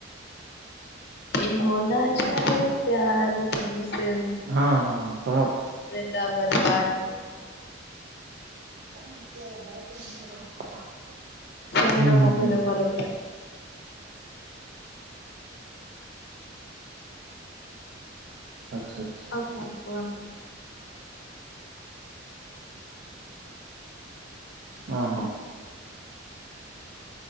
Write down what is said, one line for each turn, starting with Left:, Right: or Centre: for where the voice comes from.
Left: ଏ ହନା ଚାଏ ପ୍ୟାର ତୁମସେ
Right: ହଁ ହଁ ହଁ ତମର
Left: ଲା ବରର୍ବାଦ
Right: <unintelligible>
Left: ସେୟାଁର
Right: ହୁଁ ହୁଁ
Left: ମୁଭୀର
Right: ହୁଁ
Left: <unintelligible>
Right: ଆଚ୍ଛା। ଆଚ୍ଛା।
Left: ଆଉ କଣ କୁହନ୍ତୁ?
Right: ହଁ ହଁ।